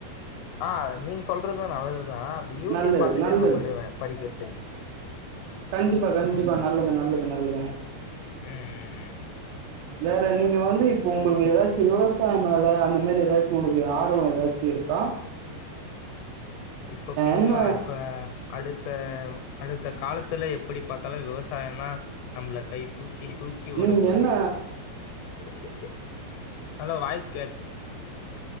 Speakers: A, on the left; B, on the right.
A: ஆஹ் நீங்க சொல்றது நல்லதுதான் அந்த யூடியூப்
B: நல்லது
A: பார்த்துட்டு
B: நல்லது
A: நான் போயிடுவேன் படிக்கிறதுக்கு
B: கண்டிப்பா கண்டிப்பா நல்லது நல்ல நல்லது நல்லது
A: ம் ம் ம்
B: வேற நீங்க வந்து இப்போ உங்களுக்கு ஏதாச்சு விவசாயொ மேல அந்த மாதிரி ஏதாச்சும் உங்களுக்கு ஆர்வொ ஏதாச்சு இருக்கா
A: இப்போ பின்ணுஅ
B: என்ன
A: இப்ப அடுத்த அடுத்த காலத்துல எப்படி பார்த்தாலும் விவசாயம்தான் நம்மள கை தூக்கி தக்கி தூக்கி ஓட
B: நீங்க
A: போது
B: என்ன
A: இ நல்ல வாய்ஸ்